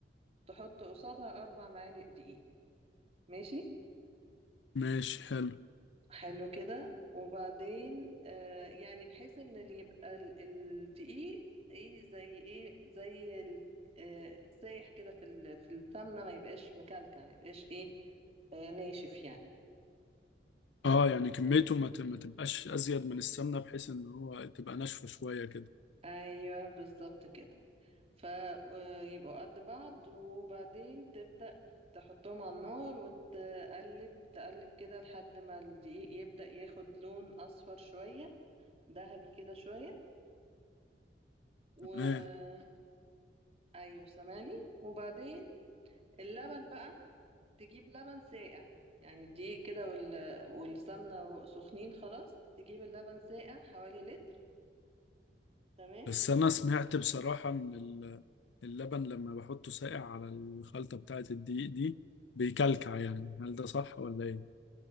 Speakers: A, on the right; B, on the left.
A: تحط قصادها اربع معالق دقيق ماشي
B: ماشي حلو
A: حلو كده وبعدين آه يعني بحيث ان اللي يبقى ال- الدقيق ايه زي ايه زي ال- آه سايح كده في ال- في السمنه ما يبقاش مكلكع ما يبقاش ايه آه ناشف يعني
B: اه يعني كميته ما ت- ما تبقاش ازيد من السمنة بحيث ان هو تبقى ناشفة شوية كده
A: ايوه بالظبط كده فيبقوا قد بعض وبعدين تبدأ تحطهم على النار وتقلب تقلب كده لحد ما الدقيق يبدأ ياخد لون أصفر شوية ذهبي كده شوية و
B: تمام
A: أيوه سامعني وبعدين اللبن بقى تجيب لبن ساقع يعني الدقيق كده وال... والسمنة سخنين خلاص تجيب اللبن ساقع حوالي لتر تمام
B: بس انا سمعت بصراحة ان ال- اللبن لما بحطه ساقع على الخلطة بتاعة الدقيق دي بيكلكع يعني هل ده صح ولا ايه